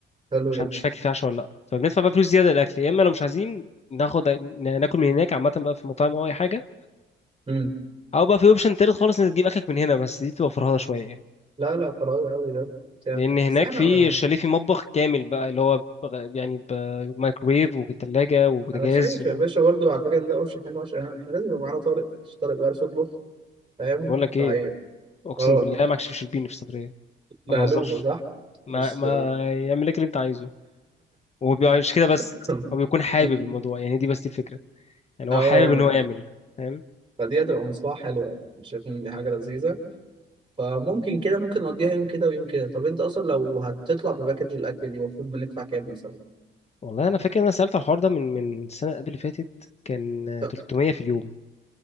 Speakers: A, on the right; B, on the left.
A: حلو
B: مش
A: جدا
B: عارف- مش فاكر في عشاء ولا لا فبندفع بقى فلوس زياده للاكل يا اما لو مش عايزين ناخد ن- ناكل من هناك عامه بقى في مطاعم او اي حاجه
A: مم.
B: او بقى في اوبشن تالت خالص انك تجيب اكلك من هنا بس دي تبقى فرهده شويه يعني
A: لا لا فراغ قوي ده بتاع
B: لان هناك
A: بس احنا
B: في الشاليه في مطبخ كامل بقى اللي هو بغ- يعني بمايكرويف وثلاجه وبوتاجاز
A: انا شايف
B: و-
A: يا باشا برضه على فكره ان ده اوبشن حلو عشان احنا لازم يبقى معانا طارق مش طارق بيعرف يطبخ فاهم
B: بقول لك
A: طيب
B: ايه اقسم
A: اه
B: بالله ما اكشفش البين في السفريه
A: لهلوبة
B: ما بهزرش
A: صح؟
B: ما
A: مش
B: ما يعمل لك اللي انت عايزه ومش كده بس
A: <laughs>
B: هو بيكون حابب
A: مم.
B: الموضوع يعني دي بس دي الفكره يعني
A: اه
B: هو حابب
A: وانا
B: ان هو يعمل فاهم
A: فدي هتبقى مصلحة حلوة يعني مش شايف ان دي حاجة لذيذة فممكن كده ممكن نقضيها يوم كده ويوم كده طب انت اصلا لو هتطلع بباكج الاكل دي المفروض بندفع كام مثلا؟
B: والله انا فاكر ان انا سالت على الحوار ده من من السنه قبل اللي فاتت كان
A: لا،
B: 300 في اليوم